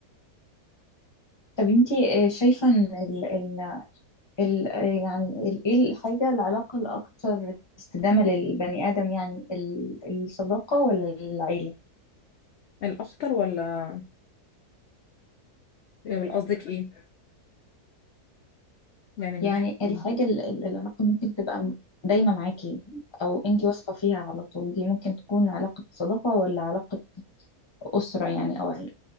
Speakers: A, on the left (about 25°); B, on the left (about 70°).
A: طب انتي آه، شايفة ان ال ال ال آه، يعني ال- ايه الحاجة العلاقة الأكثر استدامة للبني آدم يعني ال- الصداقة ولا العيلة؟
B: الأخطر ولا ولا قصدك إيه يعني من
A: يعني
B: ناحية
A: الحاجة
B: إيه
A: ال- ال- العلاقة ممكن تبقى م- دايمة معاكي أو أنتي واثقة فيها على طول دي ممكن تكون علاقة صداقة ولا علاقة أسرة يعني أو عيلة